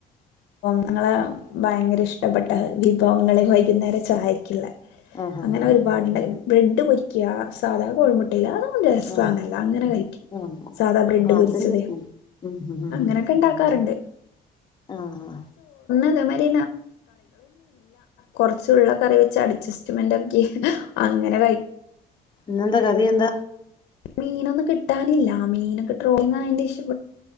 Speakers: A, on the left (about 85°); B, on the left (about 25°).
A: അ ങ്ങള് ഭയങ്കര ഇഷ്ടപ്പെട്ട വിഭവങ്ങളെ വൈകുന്നേരം ചായക്കിള്ളേ
B: ആഹ് ആഹ്
A: അങ്ങനെ ഒരുപാട്ണ്ട്
B: ആഹ്
A: ബ്രെഡ് പൊരിക്കുക സാധാ കോഴിമുട്ടയില രസണല്ലോ
B: ആഹ്
A: അങ്ങനെ കഴിക്കും
B: ആഹ്
A: സാധാ ബ്രെഡ്
B: ആഹ് അതിന്റെ
A: പൊരിച്ചതേ
B: ഉം ഉം
A: അങ്ങനൊക്കെ
B: ഉം
A: ഇണ്ടാക്കാറുണ്ട്
B: ആഹ്
A: അതേമാതിരി കുറച്ച ഉള്ള കറി വെച്ച് അഡ്ജസ്റ്റ്മെന്റ് ഒക്കി അങ്ങനെ കഴ്
B: ഇന്ന ന്താ കറീന്ത
A: മീനൊന്നും കിട്ടാനില്ല മീനൊക്കെ ട്രോളിങ്ങ് ആയീന്റ് ഇഷ്